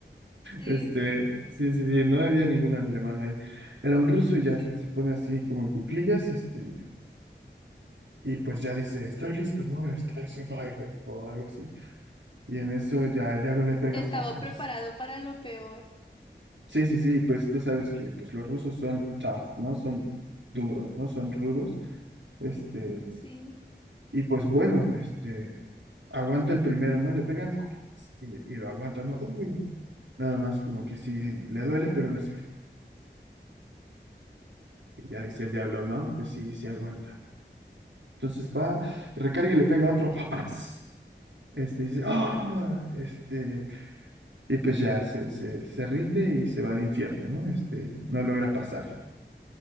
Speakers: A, on the left; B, on the right.
A: Sí,
B: Este, sí, sí, sí, no había ningún alemán ahí. Era un ruso y
A: sí.
B: ya se pone así como en cuclillas, este, y pues ya dice, estoy listo, ¿no? Estoy sin güey, o algo así. Y en eso ya el diablo le pega.
A: Estaba
B: ¡fafas!
A: preparado para lo peor.
B: Sí, sí, sí, pues tú sabes que pues, los rusos son tough, ¿no? Son duros, ¿no? Son rudos. Este,
A: Sí.
B: y pues bueno, este, aguanta el primero, ¿no? Le pegan ¡fafas! y, y lo aguanta, ¿no? ¡Uh! Nada más como que sí, le duele, pero le hace, "Ok". Y ya dice el diablo, no, pues sí, sí aguanta. Entonces va, recarga y le pega a otro, ¡papas! Este dice, ¡ah! Este, y pues ya se, se, se rinde y se va al infierno, ¿no? Este, no logra pasar